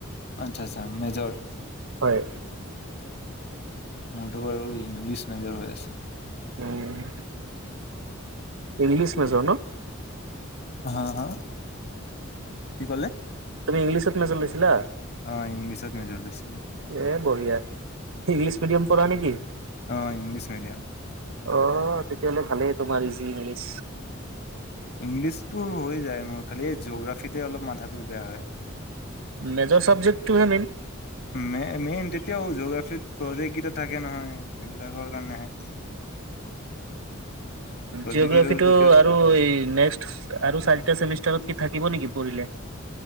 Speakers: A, on the left; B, on the right.
A: আচ্ছা আচ্ছা মেজৰ।
B: হয়।
A: মূৰটো বাৰু ইংলিছ মেজৰ হৈ আছে।
B: উম।
A: <inaudible>
B: ইংলিছ মেজৰ ন!
A: হা হা কি ক'লে?
B: তুমি ইংলিছত মেজৰ লৈছিলা?
A: অৱ ইংলিছত মেজৰ লৈছিলো।
B: এ বঢ়িয়া ইংলিছ মিডিয়াম পঢ়া নেকি?
A: অ', ইংলিছ মিডিয়াম।
B: অ তেতিয়াহ'লে ভালেই তোমাৰ ইজি ইংলিছ।
A: ইংলিছতটো হৈ যায় মোৰ খালি এই জিঅগ্ৰাফিতে অলপ মাথাটোৰ বেয়া হয়।
B: মেজৰ চাব্জেকট টোহে মেইন?
A: মেই মেইন তেতিয়াও জিওগ্ৰাফীত প্ৰজেক্ট কেইটা থাকে নহয় সেইবিলাকৰ কাৰণে আহে। প্ৰজেক্ট
B: জিঅগ্ৰাফিটো
A: কেইটা তেতিয়া
B: আৰু এই নেক্সত। আৰু চাৰিটা চেমিষ্টাৰত কি থাকিব নেকি পঢ়িলে।